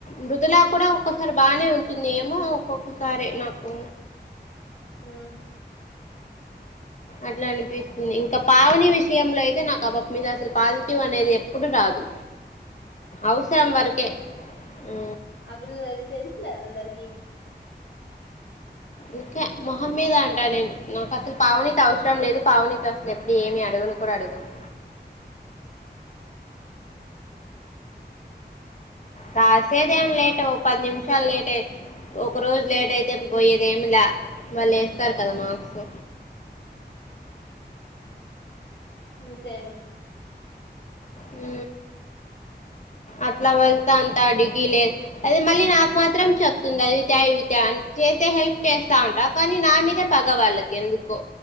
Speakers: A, on the left (about 45°); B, on the left (about 80°).
A: మృదులా కూడా ఒక్కొసారి బానే ఉంటుంది ఏమో ఒక్కొక్కసారి నాకు
B: హ
A: అట్లా అనిపిస్తుంది ఇంకా పావని విషయంలో అయితే నాకు అ పాప మీద అసలు పాజిటివ్ అనేది ఎప్పుడు రాదు అవసరం వరకే ఆ
B: ఆ పిల్ అది తెలుసులే అందరికి
A: ఇంకే మొహం మీద అంటా నేను నాకు అసలు పావనీత అవసరం లేదు పావనీతో అసలు ఎప్పుడు ఏమి అడగను కూడా అడుగను రాసేది ఏం లేట్ పది నిమిషాలు లేట్ ఏ ఒక రోజు లేట్ అయితే పోయేది ఏమిలే వాళ్ళు వస్తారు కదా మార్క్స్
B: అంతేను
A: హు అట్లా వెళ్తా అంత డిగ్రీ లేదు అది మళ్ళీ నాకు మాత్రం చెప్తుంది అవి తే ఇవి తే అని చేసే హెల్ప్ చేస్తా ఉంటా కానీ నా మీదే పగవాళ్ళకి ఎందుకో